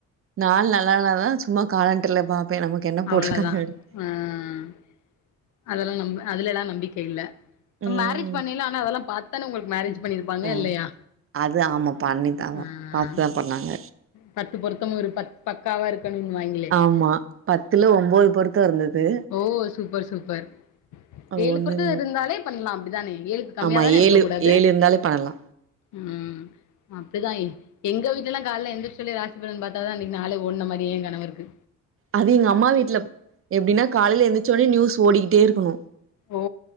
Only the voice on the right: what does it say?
நாள் நல்லால்னாதா சும்மா காலெண்டர்ல பாப்பேன் நமக்கு என்ன போட்ருக்காங்க
அப்டின்.
ம்
ஆ
அது ஆமா பண்ணித்தாவ
பாத்துதா பண்ணாங்க
ஆமா பத்துல ஒம்போது பொருத்த இருந்தது
அது
ஒண்ணுல
மட்டு
ஆமா
ஏழு
ஏழு இருந்தாலே பண்ணலா
அது எங்க அம்மா வீட்லப் எப்டினா காலைல எந்திச்சோனே நியூஸ் ஓடிகிட்டேருக்கணு